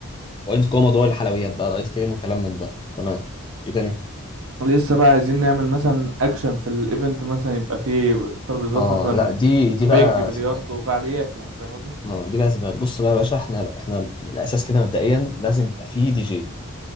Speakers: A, on the left (about 25°); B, on the right (about 85°).
A: هو يمسك هو موضوع الحلويات بقى الايس كريم وكلام من ده تمام ايه تاني
B: لسه بقى عايزين نعمل مثلا اكشن في الايفنت مثلا يبقى فيه ترابيزات
A: اه
B: مثلا
A: لا دي دي
B: بينج
A: بقى
B: بلياردو
A: سيبها لي
B: وفعاليات يعني فاهم قصدي
A: اه دي بقى زباله بص بقى يا باشا احنا احنا من الاساس كده مبدئيا لازم يبقى فيه دي جي